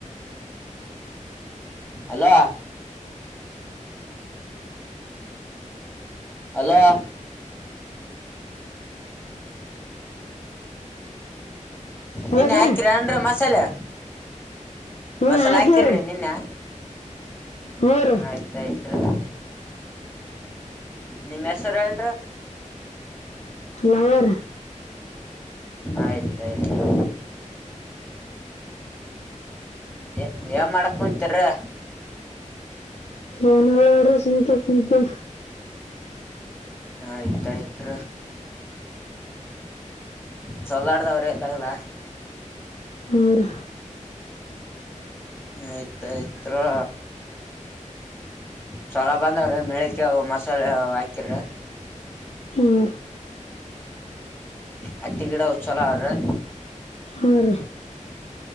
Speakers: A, on the left; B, on the left.
A: ಅಲೋ ಅಲೋ
B: ಹಲೋ
A: ನಿನ್ನೆ
B: ಸರ
A: ಹಾಕಿರ ಅನ್ ಮಸಾಲೆ
B: ಹ್ಞೂ
A: ಮಸಾಲೆ
B: ಹಾಕಿವ್ರಿ
A: ಹಾಕಿರ್ರಿ ನಿನ್ನೆ
B: ಹ್ಞೂ ರೀ
A: ಆಯ್ತಯ್ತು <inaudible> ನಿಮ್ಮ ಹೆಸರ ಏನ್ ರಿ
B: ಲಾವರ್
A: ಆಯ್ತ ಆಯ್ತು ಏ ಏನ್ ಮಾಡಕ್ ಕುಂತೀರಿ
B: ಏನು ಇಲ್ನೊಡ್ರಿ ಸುಮ್ನೆಕೆ ಕೊಂತಿವಿ
A: ಹಯ್ತಯ್ತ್ರ ಚಲೋ ನಡೆದವ್ರಿ ದಗದ
B: ಹ ರಿ
A: ಆಯ್ತಾ ಆಯ್ತ್ರೋ ಚಲೋ ಬಂದವ್ರೀ ಮಳಿಕ್ಕಿ ಮಸಾಲೆ ಹಾಕಿರಿ
B: ಹ್ಮ ರಿ
A: ಹತ್ತಿ ಗಿಡ ಅವು ಚೊಲೋ ಅವ್ರಿ
B: ಹ್ಞೂ ರೀ